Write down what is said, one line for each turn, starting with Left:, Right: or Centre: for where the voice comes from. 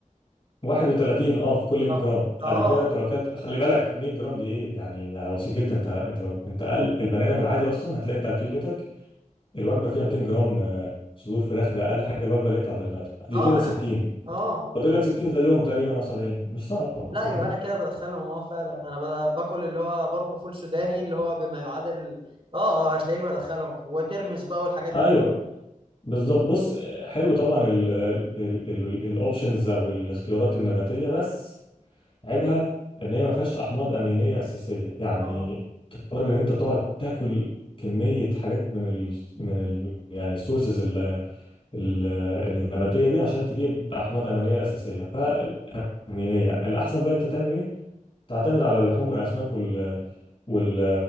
Left: 31 اه في كل 100
Right: اه
Left: جرام ادي
Right: اه
Left: كده انت لو اكلت خلي بالك 100 جرام دي ايه يعني ده بسيط جدا انت انت لو انت اقل البني ادم العادي اصلا هتلاقي انت اكلتك الوجبه فيها 200 جرام آه، صدور فراخ ده اقل حاجه الوجبه اللي هي بتاعت الغداء ادي
Right: اه
Left: كده
Right: ما
Left: 60
Right: انا اه
Left: فاضل لك 60 زيهم تقريبا او 70 مش صعب
Right: لا
Left: فاهمني
Right: يبقى انا كده بدخلهم اه فعلا انا بد- باكل اللي هو برضه فول سوداني اللي هو بما يعادل اه اه هتلاقيني بدخلهم وترمس بقى والحاجات دي
Left: ايوه بالظبط بص حلو طبعا الاوبشنز او الاختيارات النباتيه بس عيبها ان هي ما فيهاش احماض امينيه اساسيه يعني
Right: اه
Left: تضطر ان انت تقعد تاكل كميه حاجات من ال من ال يعني السورسز النباتيه دي عشان تجيب احماض امينيه اساسيه فالامينيه الاحسن بقى انت تعمل ايه تعتمد على اللحوم والاسماك وال وال